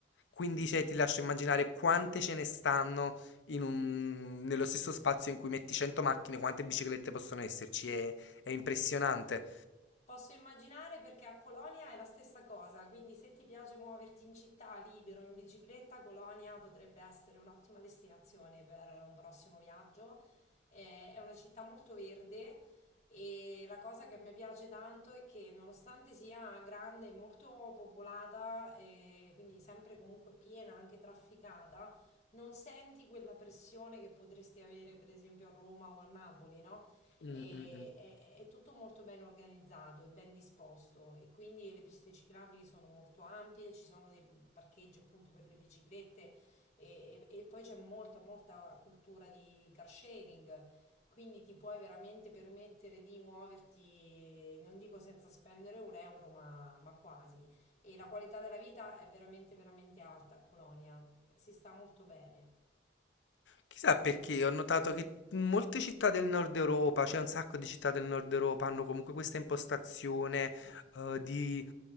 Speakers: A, on the left; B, on the left.
A: Quindi cioè, ti lascio immaginare quante ce ne stanno in un- nello stesso spazio in cui metti 100 macchine, quante biciclette possono esserci. È, è impressionante.
B: Posso immaginare perché a Colonia è la stessa cosa, quindi se ti piace muoverti in città libero in bicicletta, Colonia potrebbe essere un'ottima destinazione per un prossimo viaggio. Eh, È una città molto verde e la cosa che mi piace tanto è che nonostante sia grande e molto popolata, eh, quindi sempre comunque piena, anche trafficata, non senti quella pressione che potresti avere per esempio a Roma o a Napoli, no?
A: Mm,
B: e,
A: mm, mm.
B: è, è tutto molto ben organizzato e ben disposto e quindi le piste ciclabili sono molto ampie, ci sono dei parcheggi appunto per le biciclette e, e- e poi c'è molta molta cultura di car sharing. Quindi ti puoi veramente permettere di muoverti, non dico senza spendere un euro, ma, ma quasi. E la qualità della vita è veramente, veramente alta a Colonia. Si sta molto bene.
A: Chissà perché ho notato che in molte città del nord Europa, cioè un sacco di città del nord Europa, hanno comunque questa impostazione eh, di